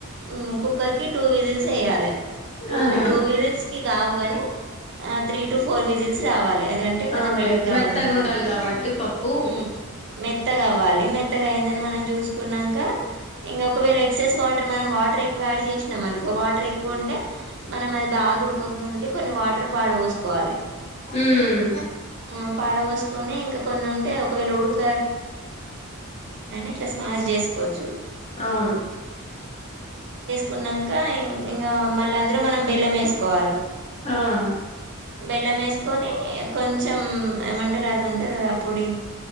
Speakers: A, on the right (about 55°); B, on the left (about 30°).
A: ఉమ్ కుక్కర్ కి టూ విజిల్స్ ఏయాలె. టూ
B: ఆహా
A: వి టూ విజిల్స్ కి గావు గని, త్రీ టు ఫోర్ విజిల్స్ రావాలే. అద్ లేదంటే కొంచెం
B: అవునులే
A: గట్టిగ్గావాలన్నమాట.
B: మెత్తగా ఉండాలి కాబట్టి పప్పు
A: ఉమ్ మెత్తగ అవ్వాలి, మెత్తగా అయిందని మనం చూసుకున్నాంకా ఇంగ ఒకవేళ ఎక్సైస్ వాట్ టర్ మనం వాటర్ ఎక్వ యాడ్ చేస్ మనుకో వాటర్ ఎక్కువ ఉంటే, మనం అది బాగా ఉడుకక ముందుకే కొన్ని వాటర్ ప్ పాడపోసుకోవాలె,
B: మ్మ్
A: ఉమ్ పాడపోసుకని ఇంక కొన్ని ఉంటే ఒక్ ఒకవేళ ఉడుకు ఇట్లా స్మాష్ చేసుకోవచ్చు
B: అవును.
A: కున్నంకా ఇన్ ఇంగా, మళ్ళ అందులో మనం బెల్లమేసుకోవాలి.
B: ఆ
A: బెల్లమేసుకొని కొన్ చెం ఏమంటరు అది ఉంటుంది కదా పొడి,